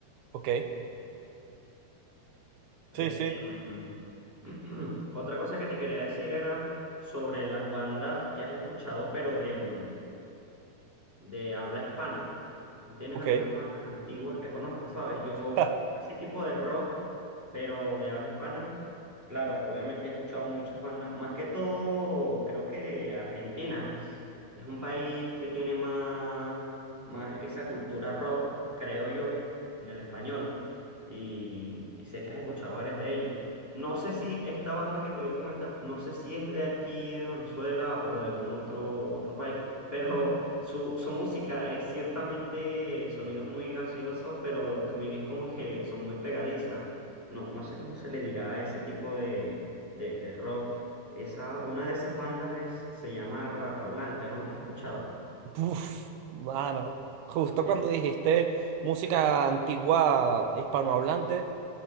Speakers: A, on the right; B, in the centre.
A: ¿ok?
B: Este,
A: Sí, sí,
B: mm, <clears throat> otra cosa que te quería decir era sobre las bandas que has escuchado, pero de, mm, de habla hispana. ¿No tienes
A: ok.
B: algunas bandas antiguas que conozcas, sabes? Yo,
A: Ja,
B: ese tipo de rock, pero de habla hispana, claro, obviamente he escuchado muchas bandas, más que todo, creo que argentinas. es un país que tiene más, más esa cultura rock, creo yo, en el español. Y, y sé que has escuchado varias de ellos. No sé si esta banda que te voy a comentar, no sé si es de aquí, de Venezuela o de algún otro, otro país, pero su, su música es ciertamente sonidos muy graciosos, pero también es como que son muy pegadizas. No, no sé cómo se le dirá a ese tipo de, de, de rock. Esa, una de esas bandas es, se llama Rata Blanca, ¿no las has escuchado?
A: Puf, mano, justo
B: Es
A: cuando dijiste música antigua hispanohablante,